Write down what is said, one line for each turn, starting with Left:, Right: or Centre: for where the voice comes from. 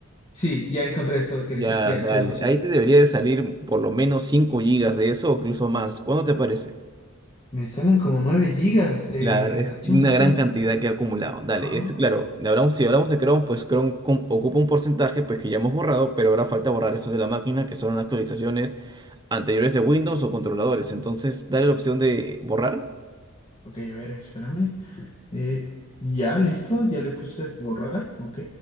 Left: sí, ya encontré eso que
Right: Ya,
Left: dice aquí, archivos
Right: dale,
Left: basura.
Right: ahí te debería de salir por lo menos 5 gigas de eso o incluso más. ¿Cuándo te aparece?
Left: Me salen como 9 gigas de
Right: Claro, es
Left: archivos
Right: una
Left: basura.
Right: gran cantidad que ha acumulado. Dale,
Left: Ah,
Right: eso claro, le hablamos, si hablamos de Chrome, pues Chrome com- ocupa un porcentaje pues que ya hemos borrado, pero ahora falta borrar esos de la máquina que son actualizaciones anteriores de Windows o controladores. Entonces, dale la opción de borrar.
Left: ok, a ver, espérame. Eh, ya, listo, ya le puse borrar, ok.